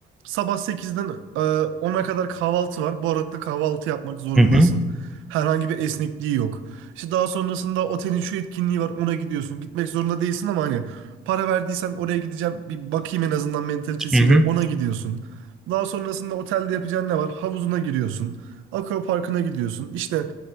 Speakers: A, on the right; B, in the centre.
A: sabah sekizden e, 10'a kadar kahvaltı var. Bu arada kahvaltı yapmak zorundasın.
B: Hı hı,
A: Herhangi bir esnekliği yok. İşte daha sonrasında otelin şu etkinliği var ona gidiyorsun. Gitmek zorunda değilsin ama hani Para verdiysem oraya gideceğim. Bir bakayım en azından mentalitesiyle
B: hı hı,
A: ona gidiyorsun. Daha sonrasında otelde yapacağın ne var? Havuzuna giriyorsun. Akvaparkına gidiyorsun. İşte